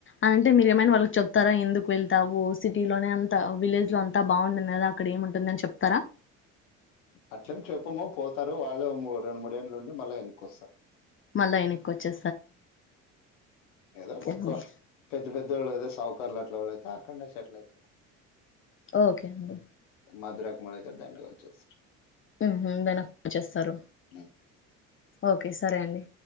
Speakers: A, on the left (about 35°); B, on the left (about 85°).
A: అనింటే మీరు ఏమైనా వాళ్ళకి చెప్తారా ఎందుకు వెళ్తావు సిటీలోనే అంత విలేజ్ లో అంతా బాగుంటుంది కదా అక్కడ ఏముంటుంది అని చెప్తారా.
B: అట్లెం చెప్పము పోతారు వాళ్ళే ఓ రెండు మూడేళ్ళ. ఉండి మళ్ళా ఎనకొస్తారు.
A: మళ్ళ ఎనకి ఒచ్చే
B: ఏదో ఒక
A: అండి
B: పెద్ద పెద్దోళ్ళు ఏదో సాగు కర్లు అట్ల వాలైతే అక్కడ్నే సెటిల్ అయితే
A: ఓకే అండి
B: నద్రాక్ మోడ్ అయితే దండిగా వొచెస్తరు
A: మ్ హూ వెనకొచేస్తరూ
B: ఉమ్,
A: ఓకే సరే అండి.